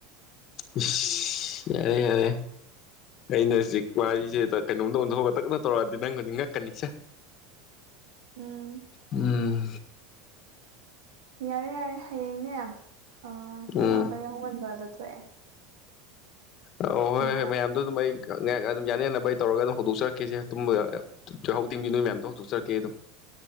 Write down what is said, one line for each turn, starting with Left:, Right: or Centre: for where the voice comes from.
Left: ꯏꯁ ꯌꯥꯔꯦ ꯌꯥꯔꯦ ꯑꯩꯅ ꯍꯧꯖꯤꯛ ꯋꯥꯔꯤꯁꯦ ꯀꯩꯅꯣꯝꯗ ꯑꯣꯟꯊꯣꯛꯑꯒ ꯇꯛꯇꯛ ꯇꯧꯔꯛꯑꯗꯤ ꯅꯪ ꯍꯧꯖꯤꯛ ꯉꯛꯀꯅꯤꯁꯦ
Right: ꯎꯝ
Left: ꯎꯝ
Right: ꯌꯥꯔꯦ ꯌꯥꯔꯦ ꯍꯌꯦꯡꯅꯦ ꯑꯥ ꯅꯪꯅ
Left: ꯎꯝ
Right: ꯈꯔ ꯌꯥꯍꯧꯉꯟꯕꯗꯣ ꯊꯣꯛꯑꯦ
Left: ꯑꯥ ꯍꯣꯏ
Right: ꯑꯗꯨꯅ
Left: ꯍꯣꯏ ꯃꯌꯥꯝꯗꯣ ꯑꯗꯨꯝ ꯑꯩ ꯉꯥꯏꯍꯥꯛ ꯑꯗꯨꯝ ꯌꯥꯅ ꯌꯥꯅꯕ ꯑꯩ ꯇꯧꯔꯒ ꯑꯗꯨꯝ ꯍꯧꯗꯣꯛꯆꯔꯛꯀꯦꯁꯦ ꯇꯨꯝꯕ ꯌꯥꯍꯧ ꯊꯦꯡꯕꯤ ꯅꯣꯏ ꯃꯌꯥꯝꯗꯣ ꯍꯧꯗꯣꯛꯆꯔꯛꯀꯦ ꯑꯗꯨꯝ